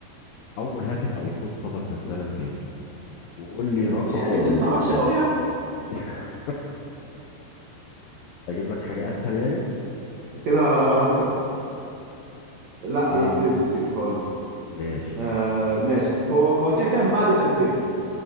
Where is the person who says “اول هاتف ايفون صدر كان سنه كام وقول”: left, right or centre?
Left